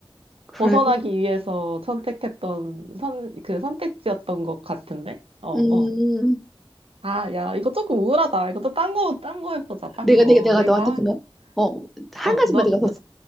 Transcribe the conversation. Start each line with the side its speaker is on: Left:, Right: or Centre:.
Centre: 그래.
Right: 벗어나기 위해서 선택했던 선, 그 선택지였던 것 같은데? 어,
Centre: 음,
Right: 어. 아, 야, 이거 조금 우울하다. 이것도 딴 거, 딴 거 해보자, 딴
Centre: 내가,
Right: 거.
Centre: 내가, 내가
Right: 내가
Centre: 너한테
Right: 한,
Centre: 그러면, 어, 한
Right: 어,
Centre: 가지만
Right: 너,
Centre: 내가 더
Right: 나-